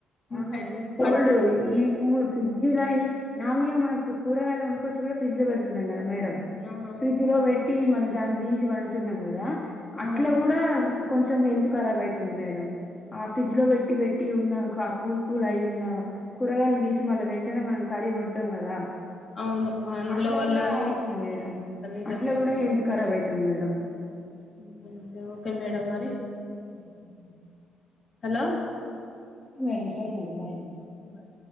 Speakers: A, on the left; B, on the left.
A: ఆ
B: ఇంకా
A: ఈ కోల్డ్
B: వాటర్
A: ఈ కూ ఫ్రిడ్జ్ లయి నార్మల్ గా మనం కూరగాయలు కొనుకొచ్చి కూడా ఫ్రిడ్జ్ లో పెడుతున్ న్నాం కద మేడం
B: అవునవును
A: ఫ్రిడ్జ్ లో బెట్ ట్టి మళ్ దాన్ని తీసి వండుతున్నాం కదా! అట్ల
B: అవును
A: కూడా కొంచెం హెల్త్ కరాబ్ అయితుంది మేడం. ఆ ఫ్రిడ్జ్ లో పెట్టి పెట్టి ఉన్నా కా కూల్ కూల్ అయి ఉన్న కూరగాయలను తీసి మళ్ళ వెంటనే మనం కర్రీ వండుతాం కదా
B: అవును అందులో
A: అట్ల
B: వల్ల
A: కూడా అయితుంది మేడం
B: నిజంగా
A: అట్లా కూడా హెల్త్ కరాబ్ అయిత్ తుంది మేడం
B: అంతె అంతె ఓకె మేడం మరి
A: <unintelligible>
B: హలో
A: మేడం సరే మేడం బాయి మే
B: బాయ్